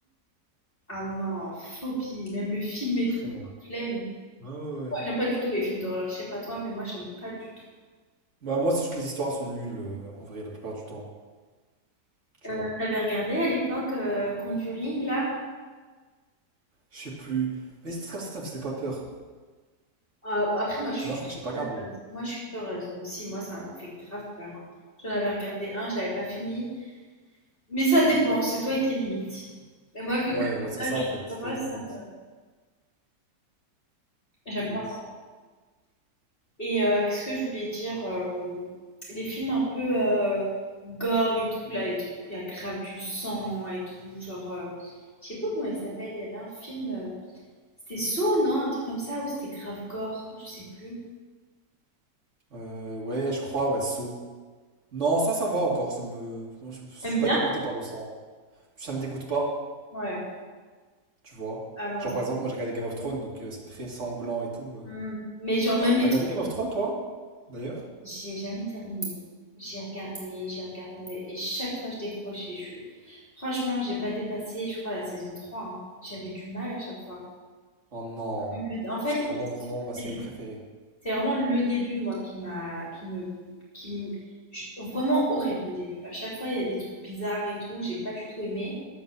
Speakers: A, on the left; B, on the right.
A: Ah non, phobie. Même le film et
B: Vraiment.
A: tout, flemme.
B: Ouais, ouais, ouais.
A: Ouais, j'aime pas du tout les films d'horreur. Je sais pas toi, mais moi, j'aime pas du tout.
B: Bah, moi, c'est juste que les histoires sont nulles, euh, en vrai, la plupart du temps. Tu
A: Euh,
B: vois.
A: t'avais regardé à l'époque euh, Conjuring, là?
B: Je sais plus. Mais c'est comme ça, ça me faisait pas peur.
A: Ah, bah, après, moi, je suis.
B: Non, je crois que j'ai pas
A: peureuse.
B: regardé.
A: Moi, je suis peureuse. Donc, si, moi, ça me fait grave peur. hein. J'en avais regardé un, je l'avais pas fini. Mais ça dépend, c'est toi et tes limites. Mais moi, vu
B: Ouais,
A: que
B: ouais, c'est
A: ah,
B: ça,
A: je- suis
B: en fait. Ça
A: heureuse,
B: doit être
A: ça
B: une mythe.
A: me... j'aime
B: De
A: pas.
B: ouf.
A: Et euh, qu'est-ce que je voulais dire euh, Les films un peu euh, gore et tout, là, les trucs où il y a grave du sang et tout, genre. euh, je sais pas comment il s'appelle, il y avait un film. euh, C'était Saw, non? Un truc comme ça, ou c'était grave gore, je sais plus.
B: Euh, ouais, je crois, ouais, saut. Non, ça, ça va encore. Ça me... moi, je, je suis
A: T'aimes bien?
B: pas dégoûté par le sang. Ça me dégoûte pas,
A: Ouais.
B: tu vois.
A: Ah non, moi
B: Genre,
A: ça.
B: par exemple, moi, j'ai regardé Game of Thrones, donc euh, c'est très sanglant et tout. euh.
A: Hmm. Mais genre, même les
B: T'as regardé Game of Thrones, toi? D'ailleurs?
A: J'ai jamais terminé. J'ai regardé, j'ai regardé, et chaque fois je décrochais. Je... Franchement, j'ai pas dépassé, je crois, la saison trois. hein. J'avais du mal à chaque fois.
B: Oh non,
A: Le- En fait,
B: c'est vraiment
A: c'est surtout
B: vraiment ma série
A: le début.
B: préférée.
A: C'est vraiment le début, moi, qui m'a, qui me, qui me- j- vraiment horrible le début. À chaque fois, il y a des trucs bizarres et tout. J'ai pas du tout aimé.